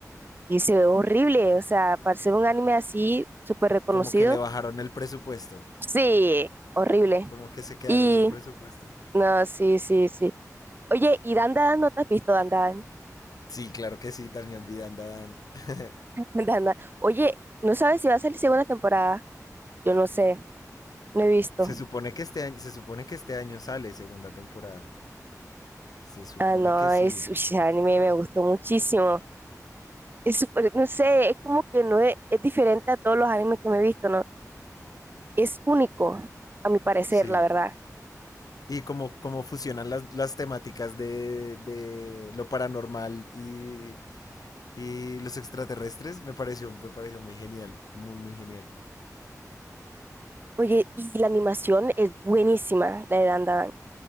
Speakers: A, on the right (about 35°); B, on the left (about 80°).
A: y se ve horrible, o sea, para ser un anime así súper reconocido,
B: Como que le bajaron el presupuesto.
A: sí, horrible.
B: Como que se quedaron
A: Y
B: sin presupuesto.
A: No, sí, sí, sí. Oye, y Dan Dan, ¿no te has visto Dan Dan?
B: Sí, claro que sí, también Vidanda Dan. <laughs>
A: <laughs> Dan Dan. Oye, ¿no sabes si va a salir segunda temporada? Yo no sé, no he visto.
B: se supone que este año, se supone que este año sale segunda temporada. Se supone
A: Ah, no,
B: que sí.
A: es, uy, ese anime me gustó muchísimo. Es súper, no sé, es como que no es, es diferente a todos los animes que me he visto, ¿no? Es único, a mi parecer,
B: Sí.
A: la verdad.
B: Y como, como fusionan las, las temáticas de, de lo paranormal y, y los extraterrestres, me pareció, me pareció muy genial. Muy, muy genial.
A: Oye, y la animación es buenísima, la de Dan Dan.